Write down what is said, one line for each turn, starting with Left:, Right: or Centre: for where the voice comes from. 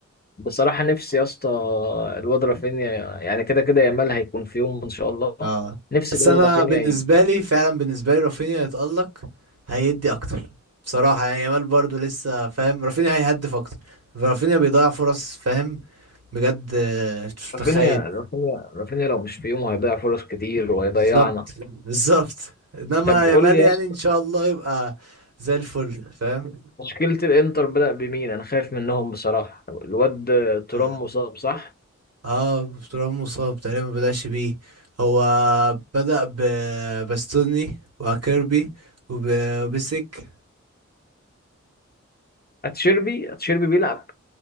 Left: بصراحة نفسي يا اسطى الواد رافينيا يعني كده كده يامال هيكون في يوم ان شاء الله
Right: اه
Left: نفسي
Right: بس
Left: الواد
Right: انا
Left: رافينيا
Right: بالنسبه
Left: ي-
Right: لي فعلا بالنسبه لي رافينيا يتالق هيدي اكتر بصراحه يعني يامال برضو لسه فاهم رافينيا هيهدف اكتر رافينيا بيضيع فرص فاهم بجد آه، مش متخيل
Left: رافينيا رافينيا رافينيا لو مش في يومه هيضيع فرص كتير وهيضيعنا
Right: بالظبط بالظبط انما
Left: طب
Right: يامال
Left: قول لي
Right: يعني
Left: يا اسطى
Right: ان شاء الله يبقى زي الفل فاهم
Left: تشكيلة الانتر بدأ بمين انا خايف منهم بصراحة الواد ترام
Right: اه
Left: مصاب صح
Right: آه، ترام مصاب تقريبا ما بدأش بيه هو بدأ بباستوني وكيربي وب- وبسك
Left: اتشيربي اتشيربي بيلعب